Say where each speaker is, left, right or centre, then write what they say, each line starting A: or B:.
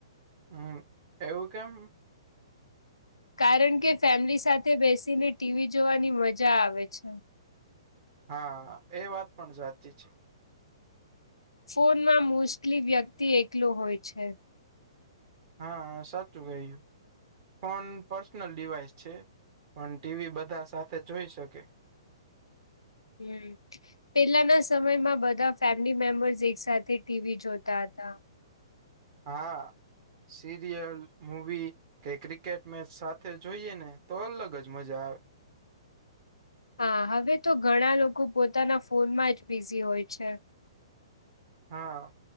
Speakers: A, on the right; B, on the left.
A: હમ એવું કેમ.
B: કારણ કે ફેમિલી સાથે બેસીને ટી વી જોવાની મજા આવે છે.
A: હા, એ વાત પણ સાચી છે.
B: ફોનમાં મોસ્ટલી વ્યક્તિ એકલો હોય છે.
A: હા, હા સાચું કહ્યું. ફોન પર્સનલ ડીવાઈસ છે, પણ ટી વી બધા સાથે જોઈ શકે.
B: હમ્મ. પહેલાના સમયમાં બધા ફેમિલી મેમ્બર્સ એક સાથે ટી વી જોતા હતા.
A: હા. સીરિયલ, મૂવી કે ક્રિકેટ મેચ સાથે જોઈએ ને તો અલગ જ મજા આવે.
B: હા. હવે તો ઘણા લોકો પોતાના ફોનમાં જ બિઝી હોય છે.
A: હા.